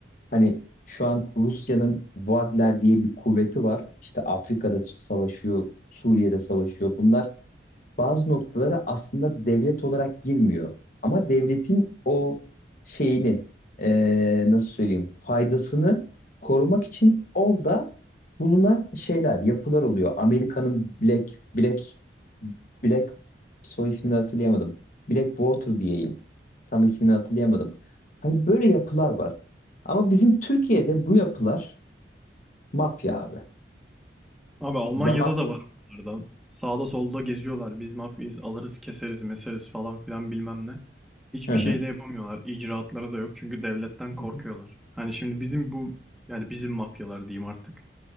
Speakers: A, on the left; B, in the centre.
A: Hani şu an Rusya'nın Wagner diye bir kuvveti var. İşte Afrika'da savaşıyor, Suriye'de savaşıyor. Bunlar bazı noktalara aslında devlet olarak girmiyor. Ama devletin o şeyini eee, nasıl söyleyeyim faydasını korumak için orada bulunan şeyler, yapılar oluyor. Amerika'nın Black Black Black soy ismini hatırlayamadım. Blackwater diyeyim. Tam ismini hatırlayamadım. Hani böyle yapılar var. Ama bizim Türkiye'de bu yapılar mafya abi.
B: Abi Almanya'da
A: Zaman
B: da var bunlardan. Sağda solda geziyorlar. Biz mafyayız, alırız, keseriz, meseriz falan filan bilmem ne. Hiçbir
A: Hı hı.
B: şey de yapamıyorlar. İcraatları da yok çünkü devletten korkuyorlar.
A: Hı hı.
B: Hani şimdi bizim bu yani bizim mafyalar diyeyim artık.